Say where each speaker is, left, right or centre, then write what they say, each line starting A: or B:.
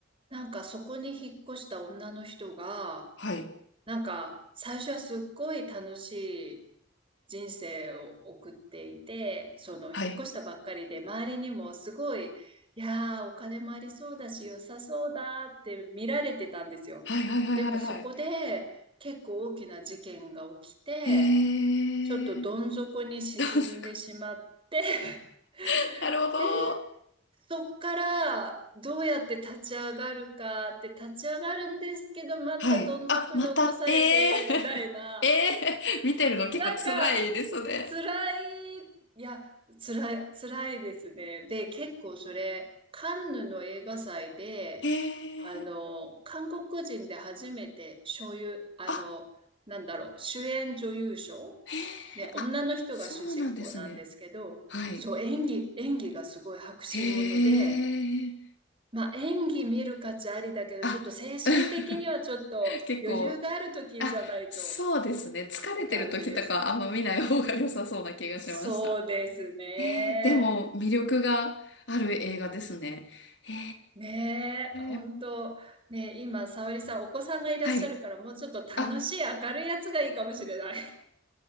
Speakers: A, on the right; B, on the left.
A: なんかそこに引っ越した女の人が、
B: はい、
A: なんか最初はすっごい楽し人生を送っていて、その引っ越したばっかりで、
B: はい、
A: 周りにもすごい、いやー、お金もありそうだし、良さそうだって見られてたんですよ。
B: はい、はい、はい、
A: でもそこで結構大きな事件が起きて、
B: はい、はい。へえ、
A: ちょっとどん底に沈んでしまって
B: <laughs> どうですか。
A: <laughs>
B: <laughs> なるほど。
A: で、そっからどうやって立ち上がるかって立ち上がるんですけど、またどん底に落とされて、
B: はい。あ、また、ええ、
A: みたいな。
B: <laughs> ええ、<laughs> 見てるの結構辛いですね。
A: なんか、辛い、いや、辛い、辛いですね。で、結構それ、カンヌの映画祭で、
B: へ
A: あの、
B: え。
A: 韓国人で初めて、所有、あの、
B: あ、
A: なんだろう、主演女優賞
B: へえ。
A: ね、女の人が主人公なんですけど、
B: あ、そうなんですね。はい。
A: そう、演技、演技がすごい迫真もので、
B: へえ。
A: まあ、演技見る価値ありだけど、
B: あ、
A: ちょっと精神的にはちょっと余裕がある時じゃないと
B: <laughs> 結構、あ、そうですね。疲れてる時とかはあんま見ない方が良さそうな気がしました。
A: って感じです。そうですね。
B: へえ。でも、魅力がある映画ですね。へ
A: ねえ、本当、
B: え。
A: ねえ、今、沙織さん、お子さんがいらっしゃるから、
B: はい。
A: もうちょっと楽しい、
B: あ、
A: 明るいやつがいいかもしれない。